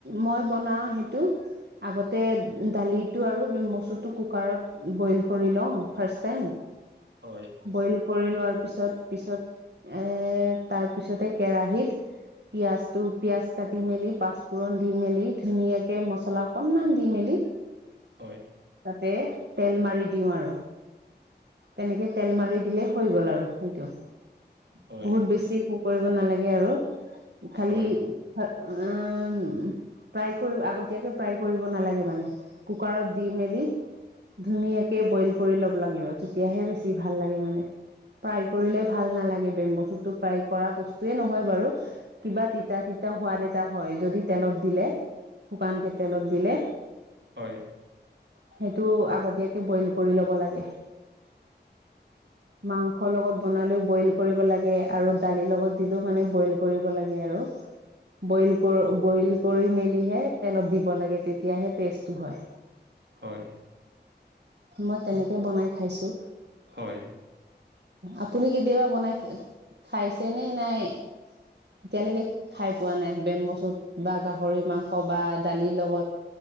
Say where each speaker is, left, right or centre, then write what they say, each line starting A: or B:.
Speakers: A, on the right; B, on the right.
A: মই বনাওঁ সেইটো। আগতে দালিটো আৰু মচুটো কুকাৰত বইল কৰি লওঁ ফাৰ্ষ্ট টাইম।
B: হয়
A: বইল কৰি লোৱাৰ পিছত পিছত এ তাৰ পিছতে কেৰাহিত পিয়াজটো পিয়াজ কাটি মেলি পাঁচফোৰণ দি মেলি ধুনীয়াকে মচলা অকনমান দি মেলি
B: হয়
A: তাতে তেল মাৰি দিওঁ আৰু। তেনেকে তেল মাৰি দিলে হৈ গ'ল আৰু সেইটো।
B: হয়
A: বহুত বেছি একো কৰিব নালাগে আৰু খালি
B: হয়
A: উম ফ্ৰাই কৰি আগতীয়াকে ফ্ৰাই কৰিব নালাগে মানে কুকাৰত দি মেলি ধুনীয়াকে বইল কৰি ল'ব লাগিব তেতিয়াহে বেছি ভাল লাগে মানে ফ্ৰাই কৰিলে ভাল নালাগে বেম ছোটটো ফ্ৰাই কৰা বস্তুয়ে নহয় বাৰু কিবা তিতা তিতা হোৱাৰ এটা হয় যদি তেলত দিলে শুকানকে তেলত দিলে
B: হয়
A: সেইটো আগতীয়াকে বইল কৰি ল'ব লাগে মাংসৰ লগত বনালেও বইল কৰিব লাগে আৰু দালিৰ লগত দিলেও মানে বইল কৰিব লাগে আৰু। বইল কৰ বইল কৰি মেলিহে তেলত দিব লাগে তেতিয়াহে টেষ্টটো হয়
B: হয়
A: মই তেনেকৈ বনাই খাইছো।
B: হয়
A: আপুনি কেতিয়াবা বনাইাই খাইছে নে নাই এতিয়ালৈকে খাই পোৱা নাই বেম চুত বা গাহৰি মাংস বা দালিৰ লগত